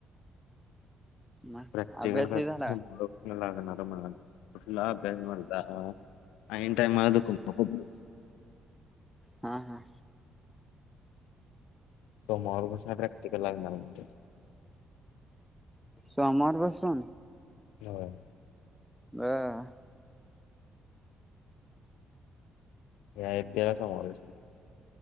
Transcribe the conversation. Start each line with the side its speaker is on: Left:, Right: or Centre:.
Centre: मग
Left: प्रॅक्टिकल
Centre: अभ्यासही
Left: काय
Centre: झाला
Left: <unintelligible> लागणार हाय म्हणालतीत कुठलं अभ्यास मर्दा. आइन टायमाला <unintelligible>
Centre: हा, हा.
Left: सोमवारपासनं प्रॅक्टिकल लागणार म्हणतात.
Centre: सोमवारपासून?
Left: होय.
Centre: बर.
Left: ह्या येत्या सोमवारपासनं.